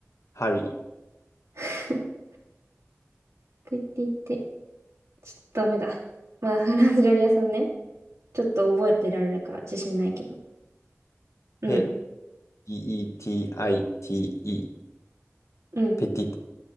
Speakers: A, on the left (about 70°); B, on the right (about 75°).
A: ハリ
B: <laughs> 言って言って。ちょっとダメだ。まあ、フランス料理屋さんね。ちょっと覚えてられるか自信ないけど。うん。
A: ー。ペ、P-E-T-I-T-E。
B: うん。
A: ペティテ・